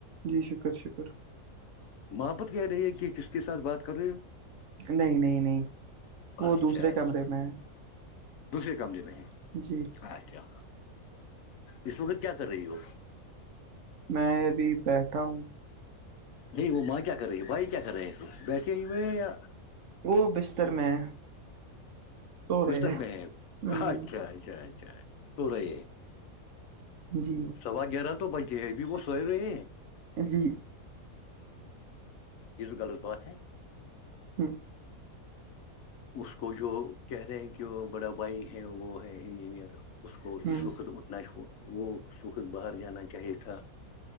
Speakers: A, on the right; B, on the left.
A: جی شکر شکر
B: محبت کہہ رہی ہے کہ کس کے سھ بات کر رہے ہو
A: نہیں نہیں نہیں وہ
B: اچھا
A: دوسرے
B: اچھا
A: کمرے میں ہے
B: دوسرے کمرے میں ہیں
A: جی
B: اچھا اس وقت کیا کر رہی ہو
A: میں ابھی بیٹھا ہوں
B: نہیں وہ ماں کیا کر رہی ہے بھائی کیا کر رہے ہیں بیٹھے ہی ہوئے یا
A: وہ بستر میں سو
B: بستر
A: رہے ہیں
B: محب
A: ہوں
B: اچھا اچھا اچھا اچھ سو رہی ہے
A: جی
B: سوا گیارہ تو بج گئے ابھی وہ سوئے رہے ہیں
A: جی
B: ز غالط بات ہے
A: ہاں
B: اس کو جو کہہ رہے ہیں کہ وہ بڑا بھائی ہیں وہ ہے انجینئر اس کو
A: ہوں
B: اس وقت اٹھنا وہ اس وقت باہر جانا چاہیے تھا